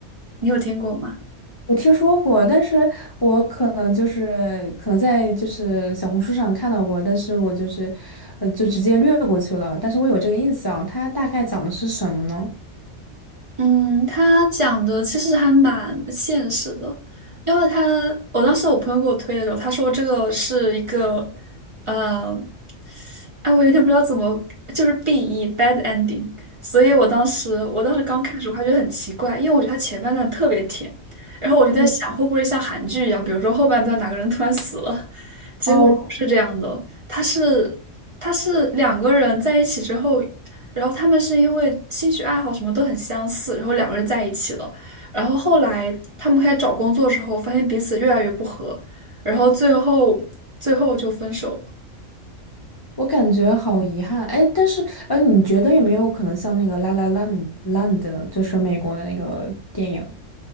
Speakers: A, on the right; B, on the left.
A: 你有听过吗？
B: 我听说过，但是我可能就是可能在就是小红书上看到过，但是我就是，呃，就直接略过去了。但是我有这个印象，它大概讲的是什么呢？
A: 嗯，他讲的其实还蛮现实的，因为他我当时我朋友给我推的时候，他说这个是一个，呃，哎，我有点不知道怎么，就是 BE bad ending，所以我当时我当时刚看的时候还觉得很奇怪，因为我觉得他前半段特别甜，然后我就在想会不会像韩剧一样，
B: 嗯，
A: 比如说后半段哪个人突然死了，结果不是这样的，
B: 哦，
A: 他是他是两个人在一起之后。然后他们是因为兴趣爱好什么都很相似，然后两个人在一起了。然后后来他们开始找工作的时候，发现彼此越来越不合，然后最后最后就分手了。
B: 我感觉好遗憾，哎，但是，呃，你觉得有没有可能像那个《La La Land》Land，就是美国的那个电影？